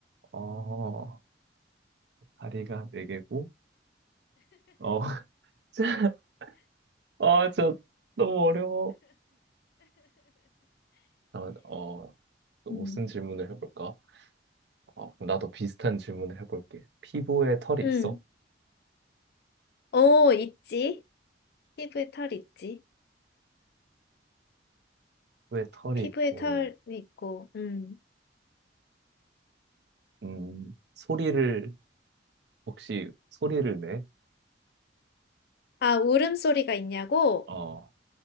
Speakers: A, on the right (about 65°); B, on the left (about 60°).
A: 어, 다리가 네 개고, 어, <laughs> 아, 저 너무 어려워. 잠깐만, 어, 또
B: 응,
A: 무슨 질문을 해볼까? 어, 그럼 나도 비슷한 질문을 해볼게. 피부에 털이
B: 응.
A: 있어?
B: <laughs> 오, 있지. 피부에 털 있지.
A: 피부에 털이
B: 피부에
A: 있고,
B: 털이 있고, 음
A: 음, 소리를, 혹시 소리를 내?
B: 아, 울음소리가 있냐고?
A: 어,